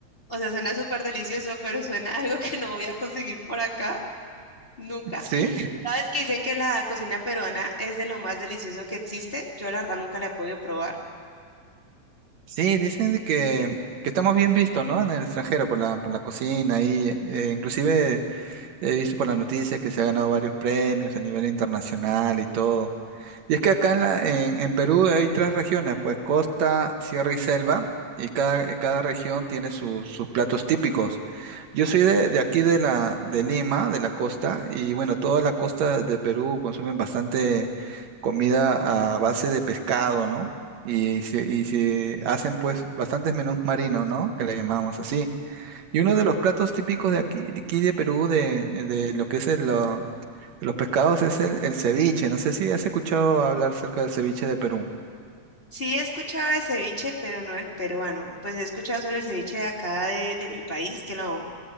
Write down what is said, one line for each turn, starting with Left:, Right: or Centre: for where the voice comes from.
Left: o sea, suena súper delicioso, pero suena <laughs> a algo que no voy a conseguir por acá nunca.
Right: <laughs> ¿Sí?
Left: ¿Sabes que dicen que la cocina peruana es de lo más delicioso que existe? Yo la verdad nunca la he podido probar.
Right: Sí, dicen de que, que estamos bien vistos, ¿no? En el extranjero por la, por la cocina y eh, inclusive He visto por la noticia que se ha ganado varios premios a nivel internacional y todo. Y es que acá en, la- en, en Perú hay tres regiones, pues costa, sierra y selva, y cada, eh, cada región tiene sus sus platos típicos. Yo soy de, de aquí de la, de Lima, de la costa, y bueno, toda la costa de Perú consumen bastante comida a base de pescado, ¿no? Y, se- y se hacen pues bastantes menús marinos, ¿no? Que le llamamos así. Y uno de los platos típicos de aquí, de aquí de Perú, de, de lo que es el, lo- los pescados, es el, el ceviche. No sé si has escuchado hablar acerca del ceviche de Perú.
Left: Sí he escuchado de ceviche, pero no el peruano. Pues he escuchado sobre el ceviche de acá de, de mi país, que lo